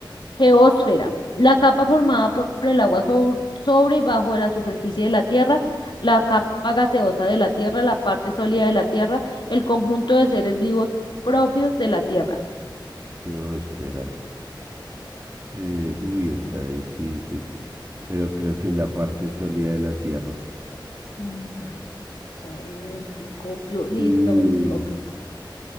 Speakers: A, on the left (about 70°); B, on the right (about 30°).
A: geósfera? La capa formada por por el agua sob- sobre y bajo de la superficie de la Tierra, la capa gaseosa de la Tierra, la parte sólida de la Tierra, el conjunto de seres vivos propios de la Tierra.
B: Qué óspera. Eh, uy, está difícil. pero creo que es la parte sólida de la Tierra.
A: Miremos, a ver, Mericopio. Listo,
B: Sí,
A: Mericopio.